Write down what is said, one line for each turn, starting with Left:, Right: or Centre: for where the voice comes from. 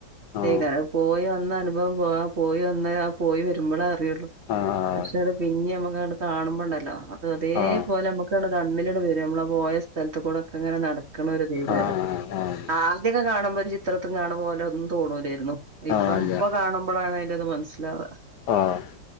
Left: ആഹ്
Right: തേയ്ക്കാറും പോയി വന്ന അനുഭവം പോവാ പോയി വന്ന ആ പോയി വരുമ്പളാ <unintelligible>
Left: ആഹ്
Right: പക്ഷെ അത് പിന്നെ അമ്മക്കാട്ട് കാണുമ്പണ്ടല്ലോ അത് അതേപോലെ
Left: ആഹ്
Right: അമ്മക്കാട്ട് കണ്ണിലാട് വരും നമ്മള് ആ പോയ സ്ഥലത്തുകൂടെ ക്കങ്ങനെ നടക്കണ ഒരു ഫീലെരും
Left: ആഹ് ആഹ്
Right: ആദ്യൊക്കെ കാണുമ്പോ ഒര് ചി ത്രത്തും കാണുമ്പോലൊന്നും തോന്നൂലേരുന്നു
Left: ആഹ്
Right: ഇപ്പ
Left: ഇല്ല
Right: ഇപ്പൊ കാണുമ്പഴാണ് അതിന്റെത് മനസ്സിലാവാ
Left: ആഹ്